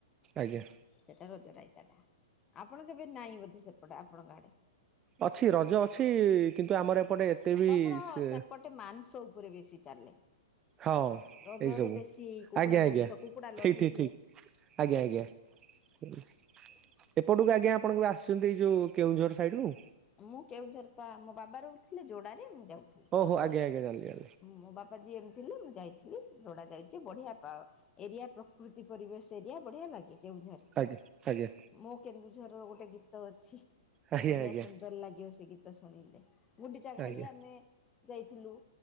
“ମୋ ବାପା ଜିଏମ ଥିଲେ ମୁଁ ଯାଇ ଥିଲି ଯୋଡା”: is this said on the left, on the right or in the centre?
Left